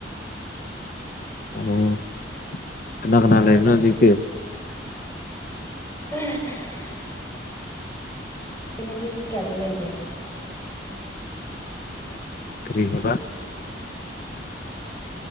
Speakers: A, on the left; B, on the left.
A: ꯑꯣ ꯀꯅꯥ ꯀꯅꯥ
B: ꯅꯥꯔꯦꯗ
A: ꯂꯩꯕꯅꯣ ꯍꯨꯖꯤꯛꯇꯤ
B: <unintelligible> ꯑꯩ ꯉꯁꯤ ꯄꯨꯡ ꯀꯌꯥꯗ ꯂꯩꯒꯦ
A: ꯀ꯭ꯔꯤ ꯍꯥꯢꯕ